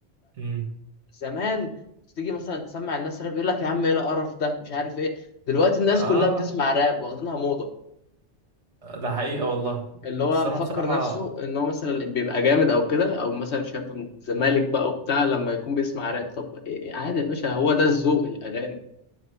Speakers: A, on the right (about 75°); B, on the left (about 70°).
A: مم.
B: فزمان تيجي مثلا تسمع الناس راب يقول لك يا عم ايه القرف ده مش عارف ايه دلوقتي الناس
A: اه
B: كلها بتسمع راب واخدينها موضة
A: ده حقيقة والله
B: اللي
A: بس
B: هو مفكر
A: انا بصراحة
B: نفسه ان هو مثلا بيبقى جامد او كده او مثلا شاب من الزمالك بقى وبتاع لما يكون بيسمع راب طب إيه- عادي يا باشا هو ده الذوق الاغاني